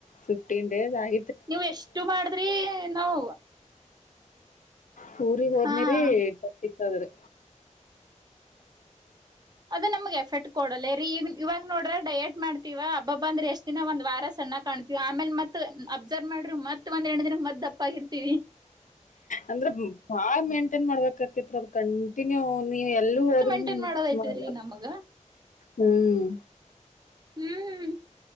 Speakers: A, on the left; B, on the right.
A: ಫಿಫ್ಟೀನ್ ಡೇಸ್ ಆಯ
B: ನೀವು ಎಷ್ಟು ಮಾಡಿದ್ರಿ ನಾವ
A: ಪೂರಿ ಹೋದ್ನೇರಿ
B: ಹಾ
A: ಅದ್ರೆ
B: ಅದು ನಮ್ಗೆ ಎಫೆರ್ಟ್ ಕೊಡಲ್ಲೇ ರರಿ ಈ ಇವಾಗ ನೋಡ್ರಿ ಡಯೇಟ್ ಮಾಡ್ತೀವ ಹಬ್ಬಬ್ಬ ಅಂದ್ರೆ ಎಷ್ಟ್ ದಿನ ಒಂದ ವಾರ ಸಣ್ಣ ಕಾಣ್ತೀವಿ ಆಮೇಲ್ ಮತ್ ಅಬ್ಸರ್ವ್ ಮಾಡ್ರರು ಮತ್ ಒಂದ್ ಎರಡ್ ದಿನಕ್ ಮತ್ ದಪ್ಪ ಆಗಿರ್ತಿೀವಿ
A: ಅಂದ್ರ ಬಾ ಮೇಂಟೈನ್ ಮಾಡ್ಬೇಕಕತ್ ಅದ ಕಂಟಿನ್ಯೂ ನೀ ಎಲ್ಲೂ
B: ಅಷ್ಟು
A: ಹೋದ್ರೂ
B: ಮೇಂಟೈನ್ ಮಾಡೋದೈತಿರಿ
A: ಮಾಡ
B: ನಮಗ
A: ಹ್ಮ್
B: ಹ್ಮ್